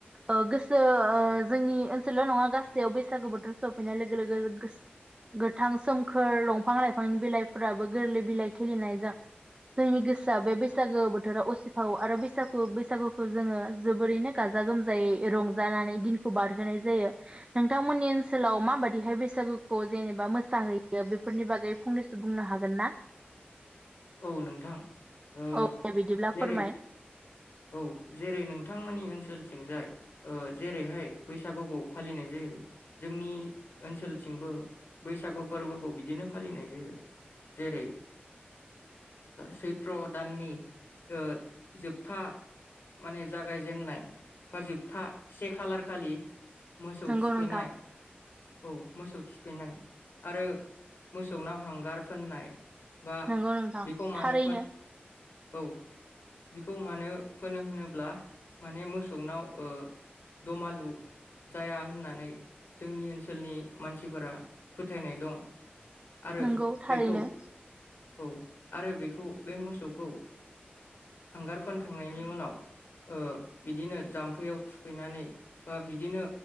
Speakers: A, on the right; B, on the left.
A: ओ गोसो ओ जोंनि ओनसोलल नङा गासैयाव बैसागु बोथोर सफैनाय लोगो लोगो गोस गोथां सोमखोर दंफां लाइफां बिलाइफोराबो गोरलै बिलाइ खिलिनायजों जोंनि गोसोआ बे बैसागो बोथोराव असिफावो आरो बैसागु-बैसागुखौ जोङो जोबोरैनो गाजा गोमजायै रंजानानै दिनखौ बारहोनाय जायो नोंथांमोननि ओनसोलाव माबादिहाय बैसागुखौ जेनेबा मोसाहैयो बेफोरनि बागै फंनैसो बुंनो हागोन ना?
B: औ नोंथां ओ
A: औ दे बिदिब्ला
B: जेरै
A: फोरमाय
B: औ जेरै नोंथांमोननि ओनसोल थिंजाय ओ जेरैहाय बैसागुखौ फालिनाय जायो जोंनि ओनसोलथिंबो बैसागु फोरबोखौ बिदिनो फालिनाय जायो जेरै सैत्र दाननि ओ जोबथा माने जागायजेननाय बा जोबथा से खालार खालि मोसौ
A: नंगौ
B: थुखैनाय
A: नोंथां
B: औ मोसौ थुखैनाय। आरो मोसौनाव हांगार फोननाय बा
A: नंगौ नोंथां
B: बेखौ मानो
A: थारैनो
B: औ बिखौ मानो फोनो होनोब्ला माने मोसौनाव दमालु जाया होननानै जोंनि ओनसोलनि मानसिफोरा फोथायनाय दं। आरो
A: नोंगौ थारैनो
B: बेखौ औ आरो बेखौ बे मोसौखौ हांगार ओ फोनखांनायनि उनाव ओ बिदिनो जाम्फैयाव थुखैनानै बा बिदिनो